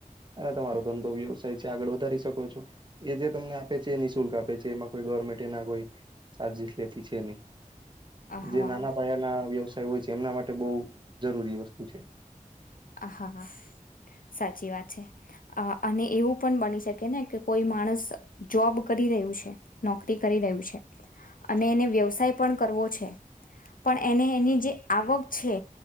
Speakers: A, on the right; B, on the left.
A: અને તમારો ધંધો વ્યવસાય છે આગળ વધારી શકો છો એ જે તમને આપે છે એ નિઃશુલ્ક આપે છે એમાં કોઈ ગવર્મેન્ટ એના કોઈ ચાર્જસ લેતી છે નહી
B: હા
A: જે નાના પાયાના વ્યવસાય હોય છે એમના માટે બહ જરૂરી વસ્તુ છે
B: હ હા હા સાચી વાત છે અને એવું પણ બની શકે ને કે કોઈ માણસ જોબ કરી રહ છે નોકરી કરી રહ્યું છે અને એને વ્યવસાય પણ કરવો છે પણ એને એની જે આવક છે